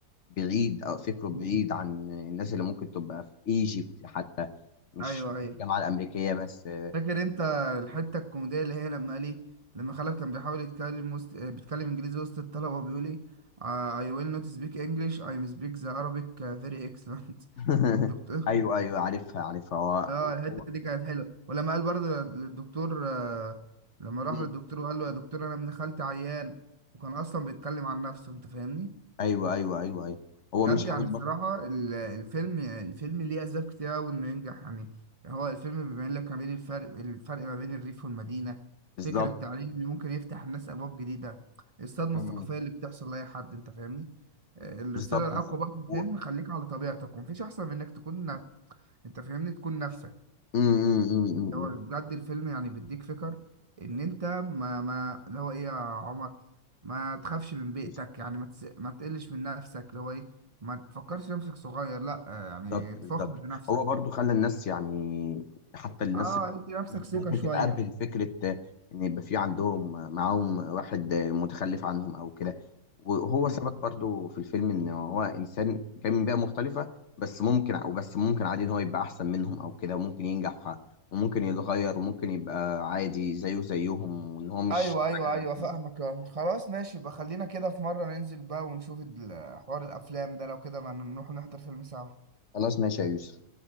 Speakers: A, on the left; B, on the right.
A: بعيد أو فكره بعيد
B: مم.
A: عن الناس اللي ممكن تبقى في إيجيبت حتى مش
B: ايوه ايوه
A: الجامعة الأمريكية بس آه،
B: فاكر انت الحتة الكوميدية اللي هي لما قال ايه لما خلف كان بيحاول يتكلم وسط آه، بيتكلم انجليزي وسط الطلبة وبيقول ايه آه، I will not speak English I speak the Arabic very excellent
A: <laughs>
B: <laughs> الدكتور
A: أيوه أيوه عارفها عارفها
B: اه الحته
A: هو
B: دي كانت حلوه ولما قال برضه للدكتور آه، لما راح
A: مم.
B: للدكتور وقال له يا دكتور انا ابن خالتي عيان وكان اصلا بيتكلم عن نفسه انت فاهمني
A: ايوه ايوه ايوه ايوه هو
B: بجد
A: مش
B: يعني
A: عاوز
B: الصراحه
A: برضه
B: ال- الفيلم الفيلم ليه اسباب كتير قوي انه ينجح يعني هو الفيلم بيبين لك ما بين الفرق الفرق ما بين الريف والمدينه
A: بالظبط
B: فكره التعليم اللي ممكن يفتح الناس ابواب جديده الصدمه
A: مم.
B: الثقافيه اللي بتحصل لاي حد انت فاهمني آه، الرساله
A: بالظبط
B: الاقوى
A: بالظبط
B: بقى في الفيلم
A: و...
B: خليك على طبيعتك ومفيش احسن من انك تكون ن- انت فاهمني تكون نفسك
A: مم، مم، مم،
B: هو
A: مم،
B: بجد الفيلم يعني بيديك فكر ان انت ما ما اللي هو ايه يا عمر ما تخافش من بيئتك
A: مم.
B: يعني ما تس... ما تقلش من نفسك اللي هو ايه ما تفكرش نفسك صغير لا آه، يعني
A: بالظبط بالظبط
B: تفخر بنفسك
A: هو برضو خلى الناس يعني حتى الناس
B: اه ادي نفسك
A: اللي
B: ثقة
A: ممكن
B: شوية
A: تتقبل فكرة ان يبقى في عندهم معاهم واحد متخلف عنهم او كده وهو
B: مم.
A: ثبت برضو في الفيلم ان هو انسان جاي من بيئة مختلفة بس ممكن او بس ممكن عادي ان هو يبقى احسن منهم او كده وممكن ينجح وممكن يتغير وممكن يبقى عادي زيه زيهم وان هو مش
B: ايوه ايوه
A: حاجة
B: ايوه فاهمك يا عمر. خلاص ماشي يبقى خلينا كده في مرة ننزل بقى ونشوف ال- حوار الافلام ده لو كده ما نروح نحضر فيلم سوا
A: خلاص ماشي يا يوسف